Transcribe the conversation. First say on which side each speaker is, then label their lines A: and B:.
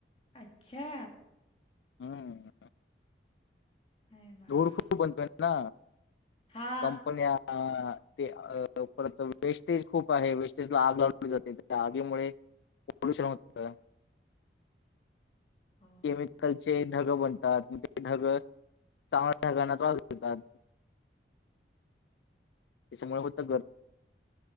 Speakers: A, on the left; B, on the left.
A: अच्छा
B: हं
A: अरे बाप
B: दोर खुप बनतोय ना
A: हा
B: कंपन्या ते परत वेस्टेज खूप आहे वेस्टेज ला आग लावली जाते त्या आगीमुळे पोल्युशन होतं
A: हो
B: केमिकलचे ढगं बनतात मग ते ढगं चांगल्या ढगाना त्रास देतात. त्याच्यामुळे होतर